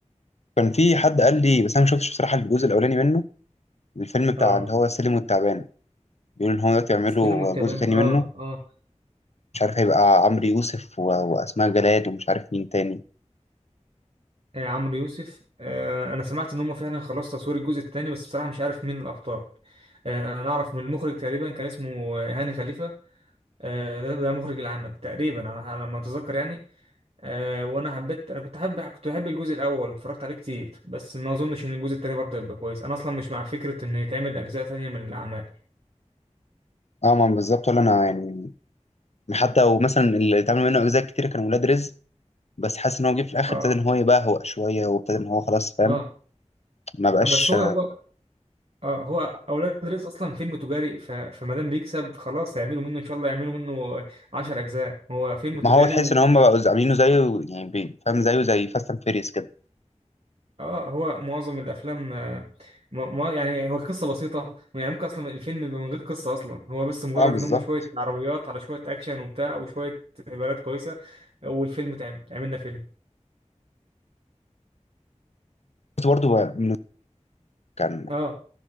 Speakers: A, on the left (about 60°); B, on the right (about 55°).
A: كان في حد قال لي بس انا ما شفتش بصراحه الجزء الاولاني منه الفيلم بتاع
B: اه
A: اللي هو السلم والتعبان بيقولوا ان هو دلوقتي يعملوا
B: السلم والتعبان
A: جزء تاني
B: اه
A: منه
B: اه
A: مش عارف هيبقى عمرو يوسف و... واسماء جلال ومش عارف مين تاني
B: آه، عمرو يوسف آه انا سمعت ان هم فعلا خلاص تصوير الجزء الثاني بس بصراحه مش عارف مين الابطال آه انا اعرف من المخرج تقريبا كان اسمه هاني خليفه آه ده, ده مخرج العمل تقريبا انا على ما اتذكر يعني آه وانا حبيت انا كنت حابب كنت بحب الجزء الاول اتفرجت عليه كتير بس ما اظنش ان الجزء التاني برضه يبقى كويس انا اصلا مش مع فكره ان يتعمل اجزاء تانية من الاعمال
A: اه ما بالظبط ولا انا يعني حتى ومثلا اللي اتعمل منه اجزاء كتير كانوا ولاد رزق بس حاسس ان هو جه في الاخر
B: اه
A: ابتدى ان هو يبهوأ شويه وابتدى ان هو خلاص فاهم
B: اه
A: ما بقاش
B: آه. بس هو هو اه هو اولاد رزق اصلا فيلم تجاري ف... فما دام بيكسب خلاص هيعملوا منه ان شاء الله يعملوا منه عشر اجزاء هو فيلم تجاري
A: ما هو تحس
B: و
A: ان هم بقوا عاملينه زيه يعني بي- فاهم زيه زي فاست اند فيريس كده
B: اه هو معظم الافلام آه، م... م... يعني هو القصه بسيطه يعني ممكن اصلا الفيلم يبقى من غير قصه اصلا هو بس مجرد
A: اه بالظبط
B: ان هم شويه عربيات على شويه اكشن وبتاع وشويه بنات كويسه والفيلم اتعمل عملنا فيلم
A: كنت برضه ب- كان
B: اه